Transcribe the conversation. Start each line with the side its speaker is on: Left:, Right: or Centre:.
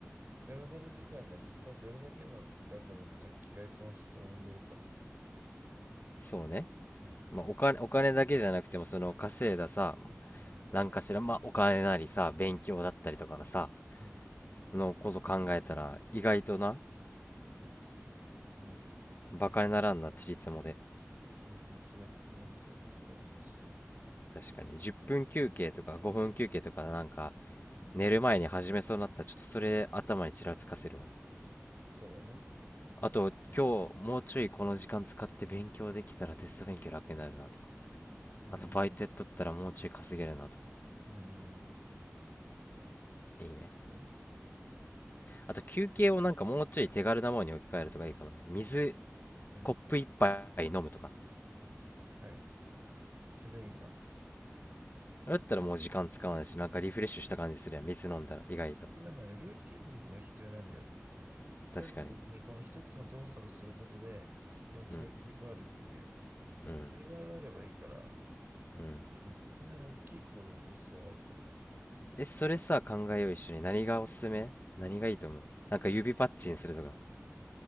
Right: ダラダラ時間が実際どれだけの額の先替え損失を生んでるか。
Left: そうね
Right: うん、
Left: まあお金、お金だけじゃなくてもその稼いださ
Right: うん、
Left: なんかしら、まあ、お金なりさ、勉強だったりとかのさ、
Right: うん、
Left: のこと考えたら、意外とな、
Right: うん。
Left: バカにならんな、ちりつもで。
Right: 全然違ってきますよ、それは話が。
Left: 確かに、10分休憩とか5分休憩とか、なんか、
Right: うん、
Left: 寝る前に始めそうになったら、ちょっとそれ頭にちらつかせるわ。
Right: そうだね。
Left: あと、今日もうちょいこの時間使って勉強できたらテスト勉強楽になるなとか。
Right: うん、
Left: あと、バイトやっとったらもうちょい稼げるなとか。
Right: うん、うん、
Left: いいね。
Right: うん。
Left: あと、休憩をなんかもうちょい手軽なものに置き換えるとかいいかもね。水、
Right: うん
Left: コップ一杯飲むとか。
Right: はい。それいいな。
Left: だったらもう時間使わないしなんかリフレッシュした感じするやん水飲んだら意外と
Right: なんかね、ルーティンが必要なんだよね。疲れた時にこの一つの動作をすることで気持ちが切り替わるっていう。
Left: 確かにうんうん
Right: トリガーがあればいいから、
Left: うん
Right: うん、そんなに大きい行動をする必要はないと思
Left: えそれさ考えよう一緒に何がおすすめ何がいいと思うなんか指パッチンするとか